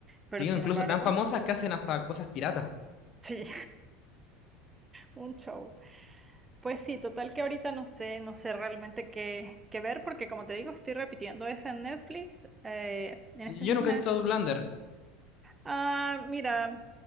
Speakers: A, on the right; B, on the left.
A: pero
B: sí,
A: sin
B: o incluso
A: embargo,
B: tan famosas que hacen hasta cosas piratas.
A: <laughs> sí, un show. Pues sí, total que ahorita no sé, no sé realmente qué, qué ver, porque como te digo, estoy repitiendo esa en Netflix, eh, en estos
B: Yo
A: días
B: nunca
A: me...
B: he visto Outlander.
A: Ah, mira.